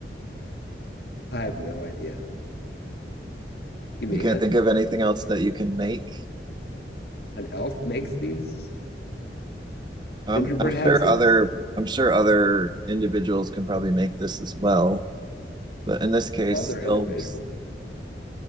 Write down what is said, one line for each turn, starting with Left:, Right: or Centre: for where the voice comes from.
Left: I have no idea. You give
Right: You
Left: me
Right: can't
Left: a hint.
Right: think of anything else that you can make.
Left: An elf makes these
Right: I'm
Left: gingerbread
Right: I'm sure
Left: houses?
Right: other I'm sure other individuals can probably make this as well, but in this case,
Left: Other individual.
Right: elves,